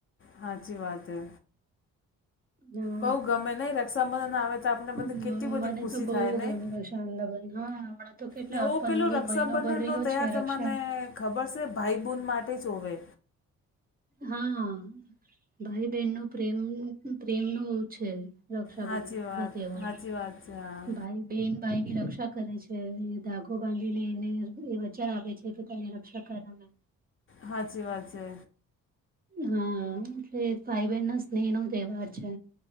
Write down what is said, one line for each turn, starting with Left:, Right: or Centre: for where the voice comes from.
Left: હાચી વાત હે.
Right: હા.
Left: બઉ ગમે નહી રક્ષાબંધન આવે તો આપને
Right: હમ
Left: બધી કેટલી બધી
Right: મને
Left: ખુશી
Right: તો બહુ
Left: થાય નહી.
Right: ગમે રક્ષાબંધન હા હમણાં તો કેટલા
Left: ને ઓ
Right: પંદર
Left: પેલું રક્ષાબંધન
Right: મહિનો ભર રહ્યો
Left: નો તૈયાર
Right: છે રક્ષા
Left: તમને ખબર છે ભાઈબૂન માટે ચ હોવે.
Right: હા ભાઈ બહેન નો પ્રેમનું પન પ્રેમ ન એવું છે. રક્ષાબંધન
Left: હાચી વાત
Right: ના તહેવાર
Left: હાચી વાત હાચી વાત છે હા
Right: ભાઈ બેન ભાઈ ની રક્ષા કરે છે અને ધાગો બાંધીને એને એ વચન આપે છે કે તને ર કશા કરામે.
Left: હાચી વાત છે.
Right: હા એટલે ભાઈ બહેન ના સ્નેહ નો તહેવાર છે